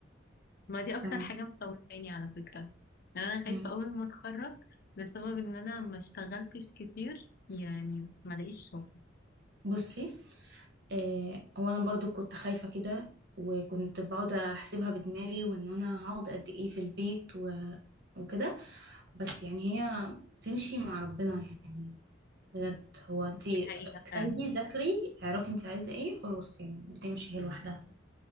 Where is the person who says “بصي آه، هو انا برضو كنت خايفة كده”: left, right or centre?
Right